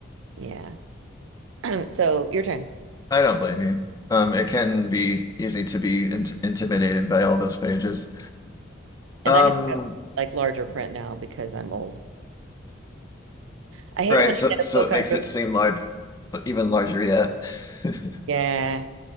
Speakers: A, on the right; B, on the left.
A: yeah. <clears throat> So, your turn.
B: I don't blame you. Um, it can be easy to be int intimidated by all those pages.
A: And
B: Um,
A: I have like larger print now because I'm old. I hate
B: Right,
A: it when I
B: so
A: get
B: so
A: a book
B: it
A: I
B: makes
A: really
B: it seem large, even larger yet. <laughs>
A: yeah.